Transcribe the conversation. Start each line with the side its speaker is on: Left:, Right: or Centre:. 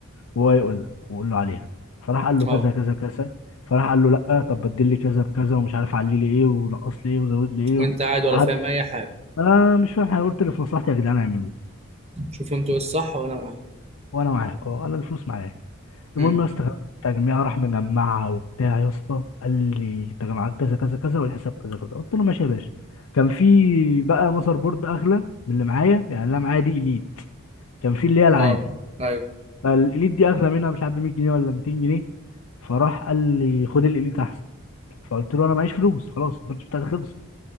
Left: وهو يقول لك واقول له عليها فراح قال له
Right: اه
Left: كذا كذا كذا فراح قال له لا طب بدل لي كذا بكذا ومش عارف علي لي ايه ونقص لي ايه وزود لي ايه
Right: وانت قاعد ولا
Left: لحد
Right: فاهم اي حاجه
Left: انا مش فاهم حاجه قلت اللي في مصلحتي يا جدعان اعملوه
Right: شوف انتوا ايه الصح وانا معاك
Left: وانا معاك اه انا الفلوس معايا المهم
Right: امم
Left: يا اسطى خدت التجميع راح مجمعها وبتاع يا اسطى قال لي تجمعات كذا كذا كذا والحساب كذا كذا قلت له ماشي يا باشا كان في بقى ماذر بورد اغلى من اللي معايا يعني اللي أنا معايا دي اليت كان في اللي هي العادي
Right: اه ايوه
Left: فالاليت دي اغلى منها مش عارف ب 100 جنيه ولا 200 جنيه فراح قال لي خد الاليت احسن فقلت له انا معيش فلوس خلاص البادج بتاعتي خلصت